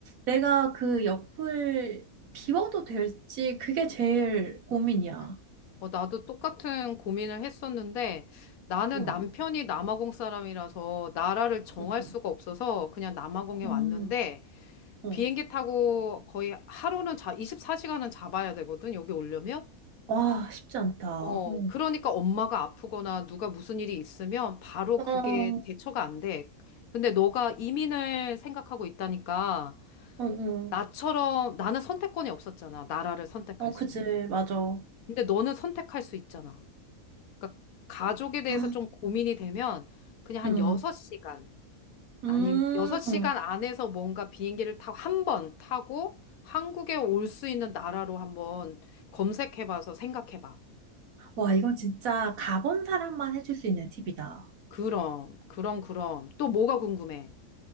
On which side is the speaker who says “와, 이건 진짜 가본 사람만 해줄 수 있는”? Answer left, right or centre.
Right